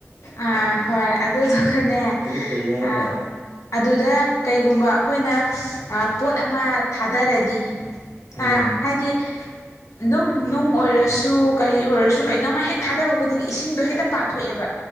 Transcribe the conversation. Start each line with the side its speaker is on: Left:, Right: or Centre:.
Left: ꯑꯥ ꯍꯣꯏ ꯑꯗꯨꯗꯨꯒꯅꯦ ꯑꯥ
Right: ꯑꯗꯨ ꯀꯔꯤꯅꯣ ꯍꯥꯏꯕ꯭ꯔꯣ
Left: ꯑ ꯑꯗꯨꯗ ꯀꯩꯒꯨꯝꯕ ꯑꯩꯈꯣꯏꯅ ꯄꯣꯠ ꯑꯃ ꯊꯥꯗꯔꯗꯤ
Right: ꯎꯝ
Left: ꯑꯥ ꯍꯥꯏꯗꯤ ꯑꯗꯨꯝ ꯅꯨꯡ ꯑꯣꯏꯔꯁꯨ ꯀꯔꯤ ꯑꯣꯏꯔꯁꯨ ꯀꯩꯅꯣꯝꯃ ꯍꯦꯛ ꯊꯥꯗꯕ ꯈꯨꯗꯤꯡꯒꯤ ꯏꯁꯤꯡꯗꯣ ꯍꯦꯛꯇ ꯄꯥꯊꯣꯛꯑꯦꯕ